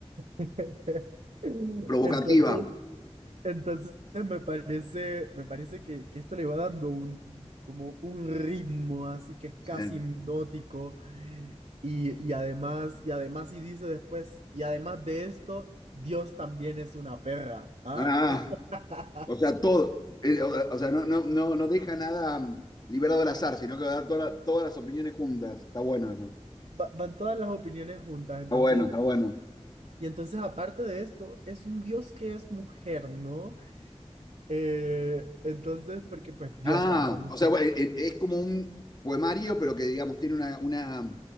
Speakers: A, on the right; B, on the left.
A: <laughs>
B: Provocativa.
A: Entonces, entonces me parece, me parece que, que esto le va dando un, como un ritmo así que es
B: Sí.
A: casi hipnótico. Y, y además, y además, y dice después, y además de esto, Dios también es una perra, ¿ah?
B: Ah,
A: <laughs>
B: o sea, todo. eh, O sea, no, no, no, no deja nada mm, liberado al azar, sino que va a dar toda, todas las opiniones juntas. Está bueno eso.
A: Va- van todas las opiniones juntas, entonces,
B: Está bueno, está bueno.
A: y entonces aparte de esto, es un Dios que es mujer, ¿no? Eh, entonces, porque pues Dios
B: Ah,
A: también
B: o
A: es,
B: sea, bueno, eh, eh, es como un poemario, pero que digamos tiene una, una